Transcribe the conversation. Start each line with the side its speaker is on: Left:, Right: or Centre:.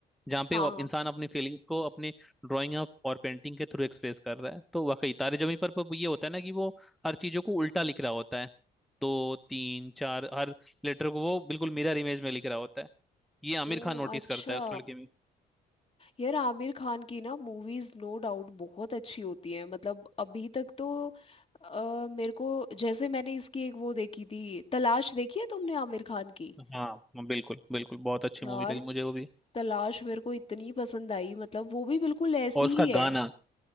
Centre: जहाँ पे
Left: हाँ
Centre: वो अप- इंसान अपनी फीलिंग्स को अपने ड्राइंग और पेंटिंग के थ्रू एक्सप्रेस कर रहा है तो वाकई तारे जमीन पर पर ये होता है ना कि वो हर चीजों को उल्टा लिख रहा होता है दो तीन चार हर लेटर को वो बिल्कुल मिरर इमेज में लिख रहा होता है ये आमिर
Left: ओ
Centre: खान नोटिस
Left: अच्छा
Centre: करता है उस लड़के में
Left: यार आमिर खान की ना मूवीज नो डाउट बहुत अच्छी होती है मतलब अभी तक तो अ, मेरे को जैसे मैंने इसकी एक वो देखी थी तलाश देखी है तुमने आमिर खान की
Centre: हाँ बिल्कुल बिल्कुल बहुत अच्छी
Left: यार
Centre: मूवी लगी मुझे वो भी
Left: तलाश मेरे को इतनी पसंद आई मतलब वो भी बिल्कुल ऐसी
Centre: और उसका
Left: ही है
Centre: गाना